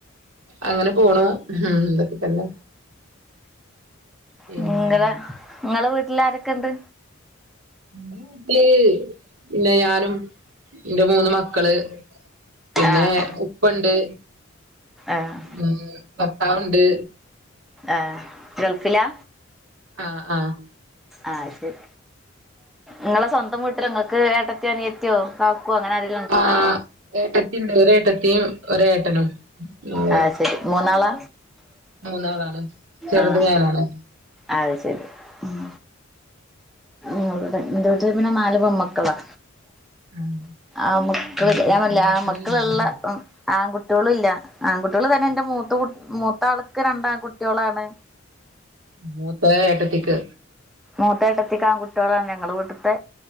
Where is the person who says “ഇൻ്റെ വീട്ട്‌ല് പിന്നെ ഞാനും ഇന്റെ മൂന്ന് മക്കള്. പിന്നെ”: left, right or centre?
Right